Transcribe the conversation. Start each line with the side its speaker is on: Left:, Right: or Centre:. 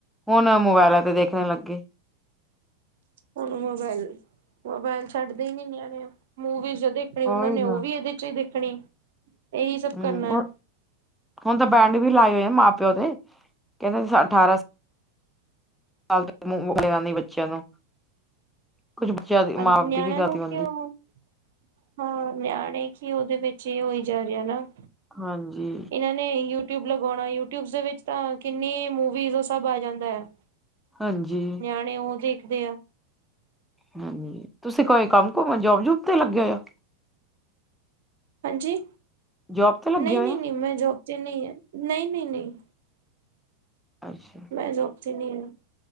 Centre: ਹੁਣ ਮੋਬਾਇਲਾਂ ਤੇ ਵੇਖਣੇ ਲੱਗ ਗਏ।
Right: ਹੁਣ ਮੋਬਾਇਲ, ਮੋਬਾਇਲ ਛੱਡਦੇ ਹੀ ਨੀ ਨੀਯਾਣੇ ਮੂਵੀਜ਼ ਦੇ ਫਿਰ
Centre: ਉਹੀ
Right: ਉਹਨਾਂ ਨੇ ਉਹ
Centre: ਨਾ
Right: ਵੀ ਇਹਦੇ ਵਿਚੋ ਹੀ ਦੇਖਣੀ। ਇਹੀ ਸਭ
Centre: ਹੂੰ,
Right: ਕਰਨਾ ਹੈ
Centre: ਹੁਣ ਤਾਂ ਬੈਂਡ ਵੀ ਲਾਏ ਆ ਮਾਂ- ਪਿਓ ਦੇ ਕਹਿੰਦੇ ਅਠਾਰਾਂ ਪਹਲੇ ਮ ਬੋਲੇਯਾ ਨੀ ਬੱਚਿਆਂ ਨੂੰ ਕੁਛ ਬੱਚਿਆਂ ਦੀ ਮਾਂ
Right: ਹਾਂਜੀ
Centre: ਬਾਪ
Right: ਨਿਆਣਿਆਂ
Centre: ਦੀ ਵੀ ਗਲਤੀ
Right: ਨੂੰ
Centre: ਹੁੰਦੀ।
Right: ਕਿਉਂ ਹਾਂ ਨਿਆਣੇ ਕੀ ਉਹਦੇ ਵਿੱਚ ਹੀ ਹੋਈ ਜਾ ਰਿਹਾ ਨਾ
Centre: ਹਾਂਜੀ।
Right: ਇਹਨਾਂ ਨੇ ਯੂਟਿਊਬ ਲਗਾਉਣਾ ਯੂਟਿਊਬ ਦੇ ਵਿੱਚ ਤਾਂ ਕਿੰਨੀ ਮੂਵੀਜ਼ ਸਬ ਆ ਜਾਂਦਾ ਹੈ।
Centre: ਹਾਂਜੀ।
Right: ਨਿਆਣੇ ਉਹ ਦੇਖਦੇ ਆ।
Centre: ਹਾਂਜੀ ਤੁਸੀਂ ਕੋਈ ਕੰਮ ਕੁਮ ਜੋਬ ਜੂਬ ਤੇ ਲੱਗੇ ਹੋਏ ਹੋ।
Right: ਹਾਂਜੀ
Centre: ਜੋਬ ਤੇ ਲੱਗੇ
Right: ਨਹੀਂ
Centre: ਹੋਏ
Right: ਨਹੀਂ
Centre: ਹੋ
Right: ਨੀ ਮੈਂ ਜੋ ਨਹੀਂ ਹੈ ਨਹੀਂ ਨਹੀਂ ਨਹੀਂ।
Centre: ਅੱਛਾ।
Right: ਮੇ ਜੋਬ ਚ ਨਹੀ ਹਾ।